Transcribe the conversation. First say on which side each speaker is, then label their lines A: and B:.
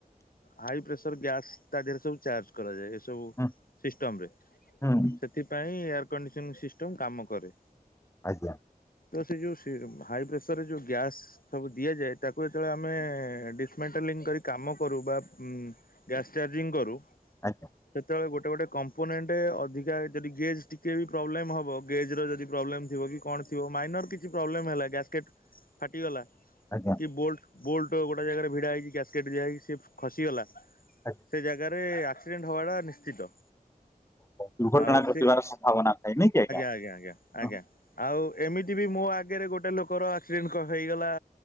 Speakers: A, on the left; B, on the left.
A: ହାଇ ପ୍ରେସର୍ ଗ୍ୟାସ୍ ତା ଦେହରେ ସବୁ ଚାର୍ଜ। କରାଯାଏ, ଏ ସବୁ
B: ହୁଁ
A: ସିଷ୍ଟମ୍ ରେ।
B: ହୁଁ
A: ସେଥିପାଇଁ ଏୟାର୍ କାମ କରେ।
B: <inaudible>
A: ତ ସେଇ ଯଉ, ହାଇ ପ୍ରେସର୍ ରେ ଯଉ ଗ୍ୟାସ୍। ସବୁ ଦିଆଯାଏ, ତାକୁ ଯେତ--ଳେ ଆମେ ଡିସ୍‌ମେଣ୍ଟାଲି କରି କାମ କରୁ। ବା ଗ୍ୟାସ୍ ଚାର୍ଜିଂ କରୁ।
B: ଆଚ୍ଛା
A: ସେତେବେଳେ ଗୋଟେ ଗୋଟେ କମ୍ପୋନେଣ୍ଟେ ଅଧିକା ଯଦି ଗେ ଟିକେ ବି ପ୍ରୋବ୍ଲେମ୍ ହ ଗେଜ୍‌ର ଯଦି ପ୍ରୋବ୍ଲେମ୍ ଥିବ କି କ'ଣ ଥିବ। ମାଇନର୍ କିଛି ପ୍ରୋବ୍ଲେମ୍ ହେଲା, ଗ୍ୟାସ୍‌ କେଟ୍ ଫାଟି ଗଲା।
B: ଆଜ୍ଞା।
A: ବୋଲ୍ଟ ଗୋଟେ ଜାଗା ରେ ଭିଡ଼ା ହେଇକି, ଗ୍ୟାସ୍‌ କେଟ୍ ଦିଆ ହେଇକି ଖସି ଗଲା। ସେ
B: ଆଜ୍ଞା
A: ଆକ୍ସିଡ଼େଣ୍ଟ୍ ହବାଟା ନିଶ୍ଚିତ।
B: ଦୁର୍ଘଟଣା
A: ଆଉ
B: ଘଟିବାର
A: ସେ
B: ସମ୍ଭାବନା ଥାଏ, ନେଇଁ କି ଆଜ୍ଞା।
A: ଆଜ୍ଞା ଆଜ୍ଞା
B: ହୁଁ
A: ଆଜ୍ଞା, ଆଉ ଏମିତି ବି ମୋ ଆଗରେ ଗୋଟେ ଲୋକର ଆକ୍ସିଡ଼େଣ୍ଟ୍ ହେଇଗଲା।